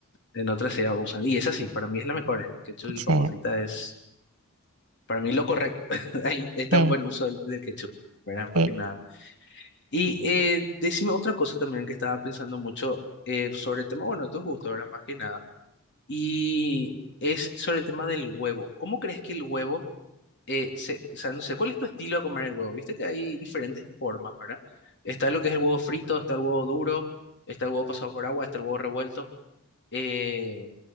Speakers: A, on the left (about 55°); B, on the right (about 85°).
A: en otra se abusan. Y esa sí, para mí es la mejor, ¿eh? Ketchup y
B: Sí,
A: papa frita es, para mí, lo correcto. <laughs> Ahí está
B: sí,
A: un buen uso del, del ketchup, ¿verdad? Más
B: sí.
A: que nada. Y eh, decime otra cosa también que estaba pensando mucho eh, sobre el tema, bueno, tus gustos, ¿verdad? Más que nada. Y es sobre el tema del huevo. ¿Cómo crees que el huevo, eh, se, o sea, no sé, ¿cuál es tu estilo de comer el huevo? Viste que hay diferentes formas, ¿verdad? Está lo que es el huevo frito, está el huevo duro, está el huevo pasado por agua, está el huevo revuelto. eh,